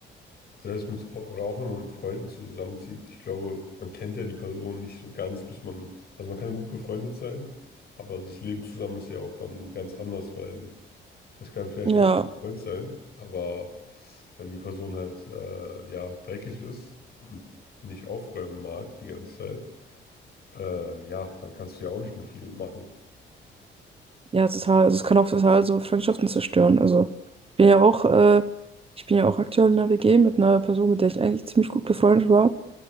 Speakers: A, on the left; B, on the right.
A: selbst mit, oder auch wenn man mit Freunden zusammenzieht, ich glaube, man kennt ja die Person nicht so ganz, bis man, also man kann gut befreundet sein, aber das Leben zusammen ist ja auch dann ganz anders, weil das kann vielleicht
B: ja.
A: ein bisschen Freund sein, aber wenn die Person halt, äh, ja, dreckig ist und nicht aufräumen mag die ganze Zeit, äh, ja, dann kannst du ja auch nicht mehr viel machen.
B: Ja, total. Also es kann auch total so Freundschaften zerstören. Also ich bin ja auch, äh, ich bin ja auch aktuell in einer WG mit einer Person, mit der ich eigentlich ziemlich gut befreundet war